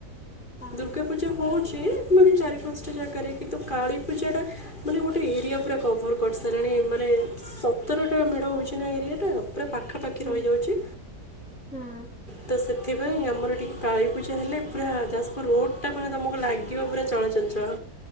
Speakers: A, in the centre; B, on the left.
A: ହୁଁ
B: ଦୁର୍ଗାପୂଜା ହଉଛି। ମାନେ ଚାରି ପାଞ୍ଚଟା ଜାଗାରେ କିନ୍ତୁ କାଳୀପୂଜାଟା ମାନେ ଗୋଟେ ଏରିଆ ପୁରା କଭର୍ କରିସାରିଲାଣି। ମାନେ ଉତ୍ତରଟା ମେଢ ହେଉଛି ନା ଏରିଆଟା ଆଉ। ପୁରା ପାଖାପାଖି
A: ହୁଁ
B: ରହିଯାଉଛି।
A: ହୁଁ
B: ତ ସେଥିପାଇଁ ଆମର ଟିକେ କାଳୀପୂଜା ହେଲେ ପୁରା ଯାଜପୁର ରୋଡ଼୍ ଟା ପୁରା ତମକୁ ଲାଗିବ ପୁରା ଚଳଚଞ୍ଚଳ।